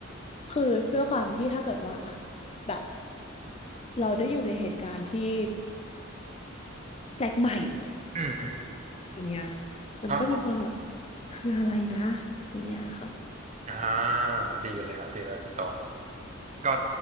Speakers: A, on the left (about 30°); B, on the right (about 35°).
A: คือด้วยความที่ถ้าเกิดว่าอะแบบเราได้อยู่ในเหตุการณ์ที่แปลกใหม่
B: อืมอืม
A: อย่างเงี้ยมันก็มีความแบบ
B: ครับผม
A: คืออะไรนะอย่างเงี้ยค่ะ
B: อ่าดีเลยครับดีแล้วคุณตองก็